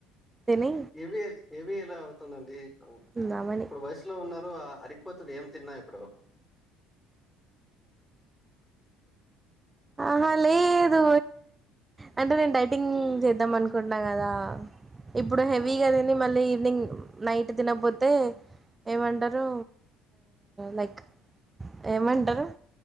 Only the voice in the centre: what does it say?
హెవీ హెవీ ఎలా అవుతుందండి
ఇప్పుడు వయసులో ఉన్నారు ఆ అరిపోతుంది తిన్నా ఇప్పుడు
ఆ